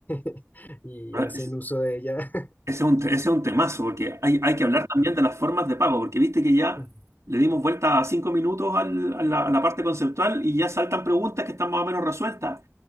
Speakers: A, on the left; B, on the right.
A: <laughs> y hacen
B: sí.
A: uso de ella.
B: Ese es un, te- ese es un temazo, porque hay, hay que hablar también de las formas de pago, porque viste que ya
A: <laughs>
B: le dimos vuelta a cinco minutos al- a la, a la parte conceptual y ya saltan preguntas que están más o menos resueltas.